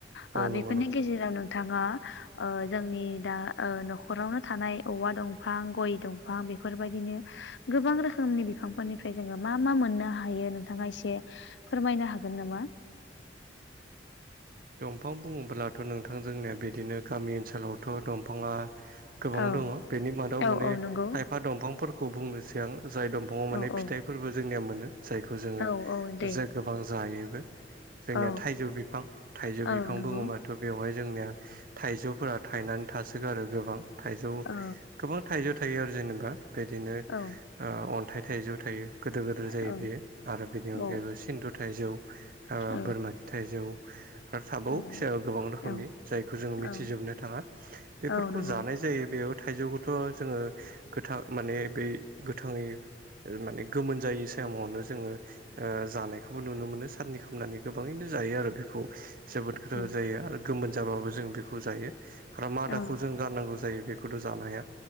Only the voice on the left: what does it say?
ओ बेफोरनि
गेजेराव नोंथाङा ओ जोंनि दा ओ न'खरावनो थानाय औवा दंफां गय दंफां बेफोरबायदिनो गोबां रोखोमनि बिफांफोरनिफ्राय जोङो मा मा मोननो हायो नोंथाङा एसे फोरमायनो हागोन नामा।
औ
औ
औ नंगौ
औ औ
औ औ दे
औ
औ नंगौ
औ
औ
औ
औ
औ
औ
औ
औ
औ नंगौ
औ
औ